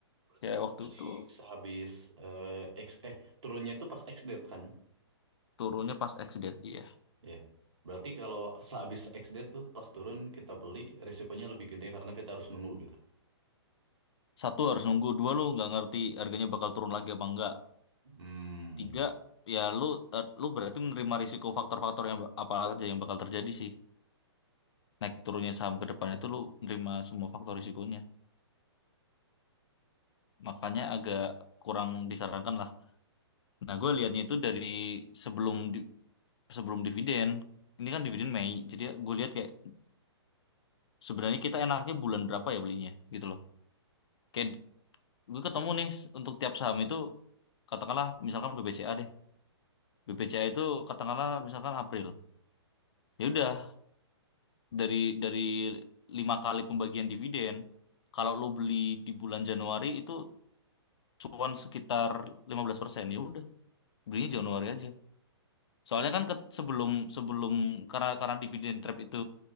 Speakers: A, on the right; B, on the left.
A: Berarti
B: Kayak
A: kalau
B: waktu
A: beli
B: itu
A: Sehabis eh, X eh turunnya itu pas X date kan?
B: turunnya pas ex-date ya.
A: Ya. Berarti kalau sehabis X date tuh pas turun kita beli risikonya lebih gede karena kita harus nunggu gitu.
B: Satu harus nunggu, dua lu nggak ngerti harganya bakal turun lagi apa enggak.
A: Hmm.
B: Tiga ya lu eh, lu berarti menerima risiko faktor-faktor yang ba- apa aja yang bakal terjadi sih. Naik turunnya saham ke depan itu lu menerima semua faktor risikonya. Makanya agak kurang disarankan lah. Nah, gue liatnya itu dari sebelum di- sebelum dividen. Ini kan dividen Mei. Jadi gue lihat kayak sebenarnya kita enaknya bulan berapa ya belinya gitu loh. Kayak gue ketemu nih s- untuk tiap saham itu katakanlah misalkan BBCA deh. BBCA itu katakanlah misalkan April. Ya udah dari dari lima kali pembagian dividen, kalau lo beli di bulan Januari itu cuan sekitar lima belas persen Ya udah, belinya Januari aja. Soalnya kan ke- sebelum sebelum karena karena dividen trap itu